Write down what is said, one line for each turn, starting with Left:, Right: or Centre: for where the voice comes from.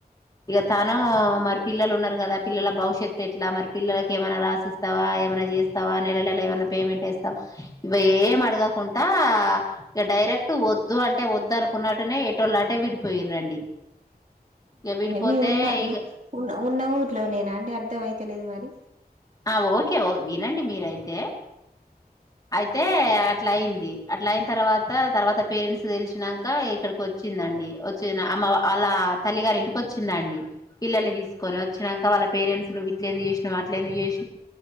Left: ఇక తను మరి పిల్లలు ఉన్నారు కదా పిల్లల భవిష్యత్తు ఎట్లా మరి పిల్లలకు ఏమైనా రాసిస్త స్తావా ఏమనా చేస్తావా నెల నెలా ఏమైనా పేమెంట్ వేస్తావా ఇవేం అడగకుండా ఇక డైరెక్ట్ వద్ వద్దు అంటే వద్దు అనుకున్నట్టునే టోలుఅటే విడిపోయిరండి ఇక విడిపోతే
Right: మీ ఉన్న
Left: ఇక
Right: ఉన్న ఉన్న ఊర్లో నేనా అండి అర్ధం అయితలేదు మరి
Left: ఆ ఓకే వినండి మీరయితే అయితే అట్లా అయ్యింది అట్లా అయిన తర్వాత తర్వాత పేరెంట్స్ తెలిసినాక ఇక్కడికి వచ్చిందండి వచ్చి అమ్మ వాళ్ళ తల్లి గారి ఇంటికి వచ్చిందండి పిల్లల్ని తీసుకొనివచ్చిచ్చాక వాళ్ళ పేరెట్స్ ట్ల ఎందుకు చేసినావు అట్లేందుకు చేసి నావు